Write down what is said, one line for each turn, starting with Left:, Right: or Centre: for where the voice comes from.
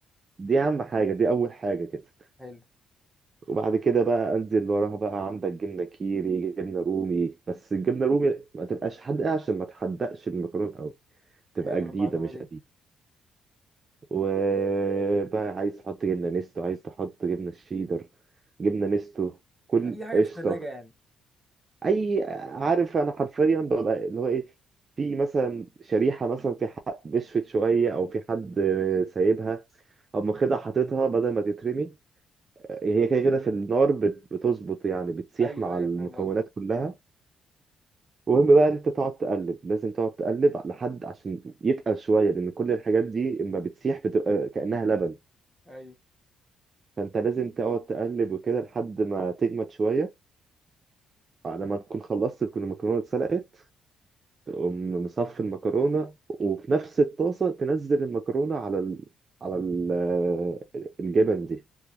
Right: دي أهم حاجة دي أول حاجة كده
Centre: حلو
Right: وبعد كده بقى أنزل وراها بقى عندك جبنة كيري جبنة رومي بس الجبنة رومي ما تبقاش حادقة عشان ما تحدقش المكرونة أوي
Centre: حلوه
Right: تبقى جديدة
Centre: المعلومه
Right: مش
Centre: دي
Right: قديمة وبقى عايز تحط جبنة نستو عايز تحط جبنة شيدر جبنة نستو كل
Centre: اي حاجه
Right: قشطة
Centre: في الثلاجه يعني
Right: اي عارف انا حرفيا ببقى اللي هو ايه في مثلا شريحه مثلا في حد نشفت شويه او في حد سايبها او مخدها حاططها بدل ما تترمي هي كده كده في النار بت- بتظبط يعني بتسيح
Centre: ايوه
Right: مع
Centre: ايوه
Right: المكونات
Centre: فاهم قصدك
Right: كلها المهم بقى انت تقعد تقلب لازم تقعد تقلب لحد عشان يتقل شويه لان كل الحاجات دي اما بتسيح بتبقى كانها لبن
Centre: ايوه
Right: فانت لازم تقعد تقلب وكده لحد ما تجمد شويه على ما تكون خلصت تكون المكرونه اتسلقت تقوم مصفي المكرونة وفي نفس الطاسة تنزل المكرونة على ال... على ال... الجبن دي